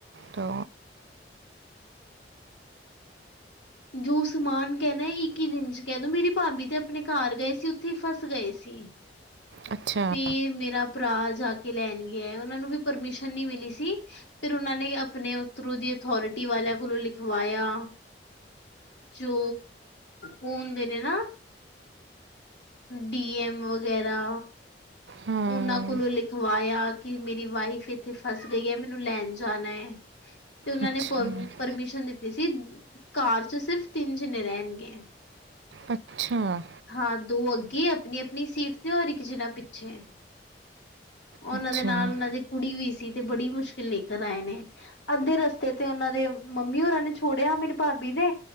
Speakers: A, on the right; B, on the left.
A: ਤੋ
B: ਜੋ ਸਮਾਨ ਕੈਣੈ ਇੱਕੀ ਦਿਨ ਚ ਕੈ ਦੋ, ਮੇਰੀ ਭਾਬੀ ਤੇ ਅਪਣੇ ਘਰ ਗਏ ਸੀ ਉਥੇ ਹੀ ਫਸ ਗਏ ਸੀ।
A: ਅੱਛਾ
B: ਫੇਰ ਮੇਰਾ ਭਰਾ ਜਾ ਕੇ ਲੈਣ ਗਿਆ, ਓਹਨਾ ਨੂੰ ਵੀ ਪਰਮਿਸ਼ਨ ਨੀ ਮਿਲੀ ਸੀ। ਫਿਰ ਉਨਾਂ ਨੇ ਅਪਣੇ ਔਥਰੋਂ ਦੀ ਅਥੋਰਟੀ ਵਾਲਿਆਂ ਕੋਲੋਂ ਲਿਖਵਾਇਆ। ਜੋ ਹੁੰਦੇ ਨੇ ਨਾ। ਡੀ ਐਮ ਵਗੈਰਾ।
A: ਹਾਂ
B: ਉਨਾਂ ਕੋਲੋਂ ਲਿਖਵਾਇਆ, ਕਿ ਮੇਰੀ ਵਾਈਫ ਏਥੇ ਫਸ ਗਈ ਐ ਮੈਨੂੰ ਲੈਣ ਜਾਣਾ ਏ। ਤੇ ਉਨਾਂ
A: ਅੱਛਾ
B: ਨੇ ਪਰਮ
A: ਜੀ ਮੈਡਮ
B: ਪਰਮਿਸ਼ਨ ਦਿੱਤੀ ਸੀ, ਕਾਰ ਚ ਸਿਰਫ਼ ਤਿੰਨ ਜਣੇੇ ਰੈਣਗੇ। <unintelligible>
A: ਅੱਛਾ।
B: ਹਾਂ, ਦੋ ਅੱਗੇ ਅਪਣੀ-ਅਪਣੀ ਸੀਟ ਤੇ ਔਰ ਇੱਕ ਜਿਨਾ ਪਿੱਛੇ। ਔਨਾਂ
A: ਅੱਛਾ
B: ਦੇ ਨਾਲ
A: ਹੂੰ
B: ਔਨਾਂ ਦੀ ਕੁੜੀ ਵੀ ਸੀ, ਤੇ ਬੜੀ ਮੁਸ਼ਕਿਲ ਲੇਕਰ ਆਏ ਨੇ। ਅੱਧੇ ਰਸਤੇ ਤੇ ਔਨਾਂ ਦੇ ਮੰਮੀ ਹੋਰਾਂ, ਨੇ ਛੋੜਿਆ ਮੇਰੀ ਭਾਬੀ ਦੇ।